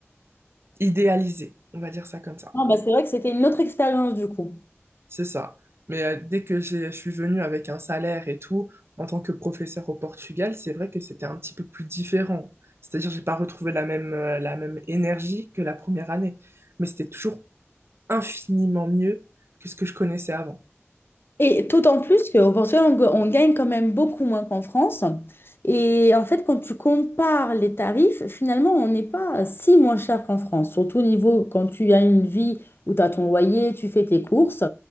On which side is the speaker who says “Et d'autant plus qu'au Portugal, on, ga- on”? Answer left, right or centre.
Left